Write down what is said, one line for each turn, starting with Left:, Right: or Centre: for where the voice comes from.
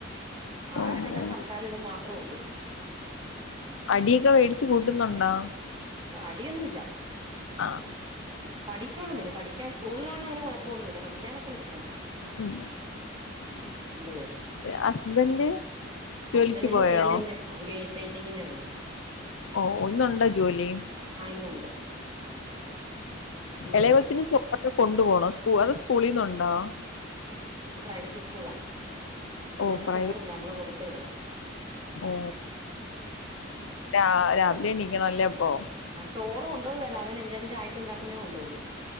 Left: ഓ
Right: ആരെ കണ്ടാൽ
Left: ഓ.
Right: സംസാരം ഇതു മാത്ര ള്ളു
Left: അടിയൊക്കെ വേടിച്ചു കൂട്ടുന്നുണ്ടോ
Right: അടിയൊന്നുല്ല
Left: ആഹ്
Right: ഉം പഠിച്ചോളും ഇങ്ങനെ പഠിക്കൻ സ്കൂളിലാണങ്ങനെ കൊഴപ്പൊന്നുല്ല പഠിക്കാനൊക്കെ മിടുക്കനാ
Left: ഉം
Right: ഉം രണ്ടു പേരും
Left: ഹസ്ബൻഡ്
Right: ഹസ്ബന്റിന്
Left: ജോലിക്ക് പോയോ
Right: പെയിന്റിങ്ങിന്റെ ആക പെയിന്റിങ്ങിന്റെ പണിയാ
Left: ഓ ഒന്നുണ്ടോ ജോലി
Right: ആ ഇന്നുണ്ട് ഇന്ന്
Left: എളയ
Right: പോയിരിക്കുവ
Left: കൊച്ചിന് ചോറൊക്കെ കൊണ്ടു പോണം സ് അത് സ്കൂളിന്നുണ്ടോ
Right: <unintelligible> ക്ക് സ്കൂള അന്നേരം
Left: ഓ പ്രൈവറ്റ്
Right: ചോറില്ല അമ്മൾ കൊട് ഒത്ത വിടണം
Left: ഓ
Right: ഉം ഉം.
Left: രാ രാവിലെ എണീക്കണല്ലൊ ഇപ്പൊ
Right: ആ ചോറ് കൊ േണ്ട്വലഅവൻ എന്തേലും ചായക്ക്ഉണ്ടാക്കുന്നേ കൊണ്ടോവൊള്ളൂ